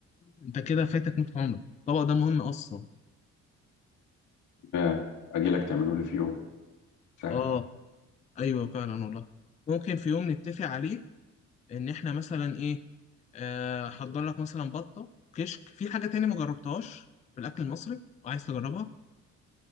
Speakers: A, on the left; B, on the left.
A: أنت كده فايتك نص عمرك الطبق ده مهم أصلا
B: ممكن اجي لك تعمله لي في يوم سهل
A: آه أيوه فعلا والله ممكن في يوم نتفق عليه إن إحنا مثلا إيه آه، هحضر لك مثلا بطه كشك في حاجه تاني ما جربتهاش في الاكل المصري وعايز تجربها